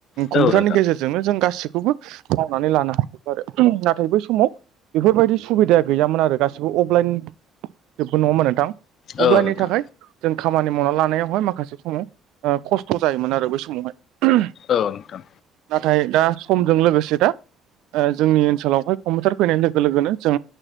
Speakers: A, on the left (about 55°); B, on the right (about 70°).
A: औ
B: कम्पिउटारनि
A: नोंथां
B: गेजेरजोंनो जों गासैखौबो मावनानै लानो हागौ आरो नाथाय बै समाव बेफोरबायदि सुबिदाया गैयामोन आरो गासिबो अफलाइन नङा होनबा नोंथां अबलाइननि
A: औ नोंथां
B: थाखाय जों खामानि मावना लानायावहाय माखासे समाव बिराद खस्थ' जायोमोन आरो बै समावहाय।
A: औ नोंथां
B: नाथाय दा समजों लोगोसे दा ओ जोंनि ओनसोलावहाय कम्पिउटार फैनाय लोगो लोगोनो जों